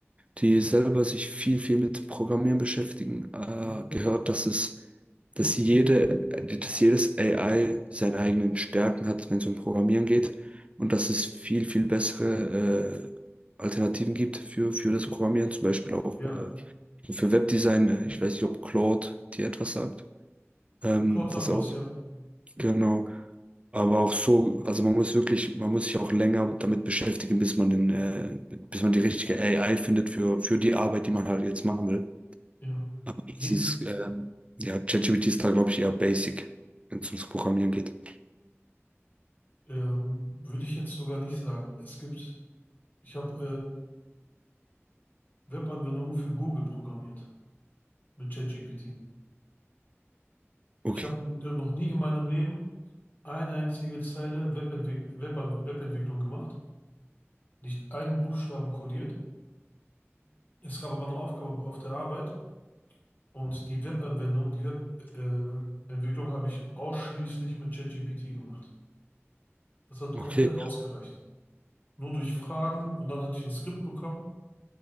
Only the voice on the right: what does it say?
die selber sich viel, viel mit Programmieren beschäftigen, äh, gehört, dass es, dass jede, dass jedes AI seine eigenen Stärken hat, wenn es um Programmieren geht und dass es viel, viel bessere äh, Alternativen gibt für, für das Programmieren, zum Beispiel auch
äh, für Webdesign. Äh, ich weiß nicht, ob Claude dir etwas sagt. Ähm,
das
auch,
genau. Aber auch so, also man muss wirklich, man muss sich auch länger damit beschäftigen, bis man den, äh, bis man die richtige AI findet für, für die Arbeit, die man halt jetzt machen will.
Es
ist, ähm, ja, ChatGPT ist da, glaube ich, eher basic, wenn es ums Programmieren geht.
Okay.
Okay.